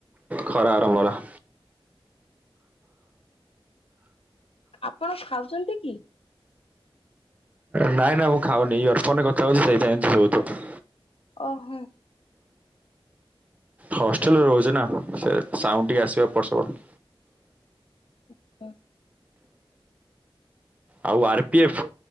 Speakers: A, on the right; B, on the left.
A: ଖରା ଆରମ୍ଭ ହେଲା।
B: ଆପଣ ଖାଉଛନ୍ତି କି?
A: ନାଇଁ ନାଁ ମୁଁ ଖାଉନି ଇୟର ଫୋନରେ କଥା ହଉଛି ସେଇଥି ପାଁଇ ଏମିତି ସୁବୁ ଛି।
B: ଓହୋ।
A: ହଷ୍ଟେଲରେ
B: ଓ
A: ରହୁଛି ନା ସେ ସାଉଁଟ ଟିକେ ଆସିବା ଏପଟ ସେପଟ।
B: <inaudible>
A: ଆଉ R P F